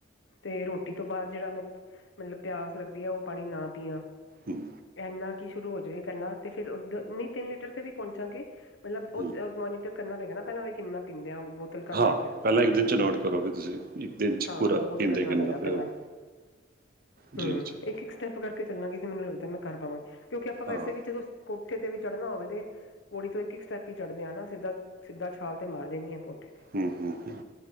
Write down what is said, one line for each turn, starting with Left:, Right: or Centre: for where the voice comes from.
Left: ਤੇ ਰੋਟੀ ਤੋਂ ਬਾਦ ਜਿਹੜਾ ਮ ਮਤਲਬ ਪਿਆਸ ਲੱਗਦੀ ਹੈ ਉਹ ਪਾਣੀ ਨਾ ਪੀਆ।
Right: ਹਮ
Left: ਇੰਨਾ ਕਿ ਸ਼ੁਰੂ ਹੋ ਜਾਵੇ ਪਹਿਲਾਂ ਤੇ ਫਿਰ ਉ ਨੀ ਤਿੰਨ ਲੀਟਰ ਤੇ ਵੀ ਪਹੁੰਚਾਂਗੇ। ਮਤਲਬ
Right: ਹੂੰ,
Left: ਉਹ ਮੋਨੀਟਰ ਕਰਨਾ ਪਏਗਾ ਨਾ ਪਹਿਲਾਂ ਵੀ ਕਿੰਨਾ ਪੀਂਦੇ ਹਾਂ ਬੋ ਬਤਲ ਕੱਲ
Right: ਹਾਂ
Left: ਲੈ ਕੇ ਆਉਂਦੀ
Right: ਪਹਿਲਾਂ
Left: ਹਾਂ
Right: ਇੱਕ
Left: ਫਿਰ
Right: ਦਿਨ
Left: ਮੈਂ
Right: ਚ ਨੋਟ ਕਰੋ ਵੀ ਤੁਸੀਂ ਇੱਕ ਦਿਨ ਚ
Left: ਹਾਂ
Right: ਪੂਰਾ
Left: ਨੋਟ
Right: ਪੀਂਦੇ
Left: ਕਰਨਾ
Right: ਕਿੰਨਾ
Left: ਪਏਗਾ
Right: ਪਿਓ
Left: ਪਹਿਲਾ।
Right: ਜੀ
Left: ਹਮ
Right: ਜੀ
Left: ਇੱਕ ਇੱਕ ਸਟੈਪ ਕਰਕੇ ਚੱਲਾਂਗੇ ਤੇ ਮੈਨੂੰ ਲੱਗਦਾ ਮੈਂ ਕਰ ਪਾਵਾਂਗੀ ਕਿਉਂਕਿ ਆਪਾਂ ਵੈਸੇ
Right: ਹਾਂ
Left: ਵੀ ਜਦੋਂ ਕੋਠੇ ਤੇ ਵੀ ਚੜ੍ਹਨਾ ਹੋਵੇ ਤੇ, ਪੋੜੀ ਤੋਂ ਇੱਕ-ਇੱਕ ਸਟੈਪ ਹੀ ਚੜ੍ਹਦੇ ਆ ਨਾ ਸਿੱਧਾ ਸਿੱਧਾ ਛਾਲ ਤੇ ਮਾਰਦੇ ਨੀ ਹੈ ਕੋਠੇ ਤੇ,
Right: ਹੂੰ ਹੂੰ ਹੂੰ,